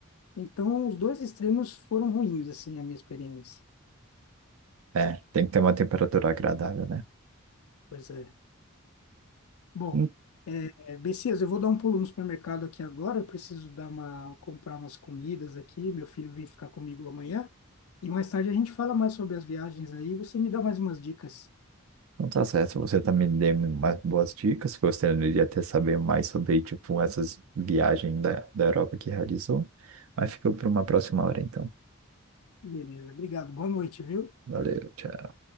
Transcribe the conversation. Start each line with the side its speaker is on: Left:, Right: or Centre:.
Left: então os dois extremos foram ruins, assim, a minha experiência,
Right: É, tem que ter uma temperatura agradável, né?
Left: pois é. Bom,
Right: Então
Left: é, Bessias, eu vou dar um pulo no supermercado aqui agora. Eu preciso dar uma, comprar umas comidas aqui. Meu filho vem ficar comigo amanhã. E mais tarde a gente fala mais sobre as viagens aí. Você me dá mais umas dicas.
Right: tá certo. Você também deu mais boas dicas. Gostaria de até saber mais sobre, tipo, essas viagens da, da Europa que realizou. Mas fica para uma próxima hora, então.
Left: Beleza, obrigado. Boa noite, viu?
Right: Valeu, tchau.